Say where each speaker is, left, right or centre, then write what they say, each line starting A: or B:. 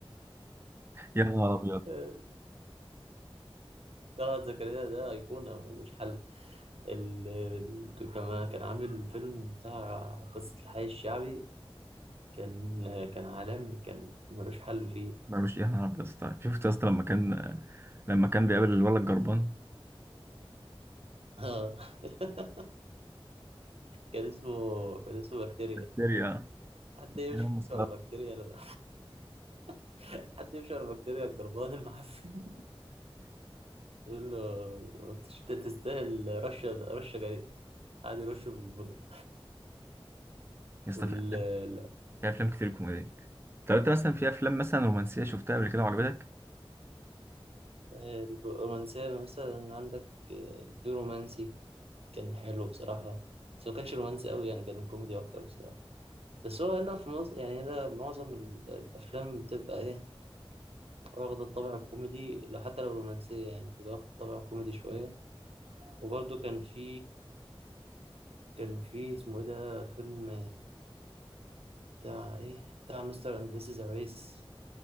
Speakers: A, on the right (about 25°); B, on the right (about 80°).
A: يا نهار ابيض
B: <laughs> طلعت زكريا ده أيقونة ملوش حل ال... ال- كمان كان عامل فيلم بتاع قصة الحي الشعبي كان كان عالمي كان ملوش حل فيه
A: ما مش يا نهار ابيض يا اسطى شفت يا اسطى لما كان لما كان بيقابل الولد الجربان
B: اه <laughs> كان اسمه كان اسمه بكتيريا
A: هيستيريا
B: حد يمشي
A: يا مسخرة.
B: ورا بكتيريا ال- <laughs> حد يمشي ورا بكتيريا الجربان المعفن <laughs> يقول له انت ش- أنت تستاهل رشه رشه جريء قاعد يرشه بالبودره
A: يا اسطى
B: وال
A: في افلام
B: ال-
A: في افلام كتير كوميديه طب انت مثلا في افلام مثلا رومانسيه شفتها قبل كده وعجبتك
B: الرومانسية مثلا عندك آه، البيرومانسي كان حلو بصراحة بس هو كانش رومانسي قوي يعني كان كوميدي أكتر بصراحة بس هو هنا في مصر يعني هنا معظم ال- الأفلام بتبقى إيه واخدة الطابع الكوميدي لا حتى لو رومانسية يعني بتبقى واخدة الطابع الكوميدي شوية وبرضه كان في كان في اسمه ايه ده فيلم بتاع ايه بتاع مستر اند مسز أويس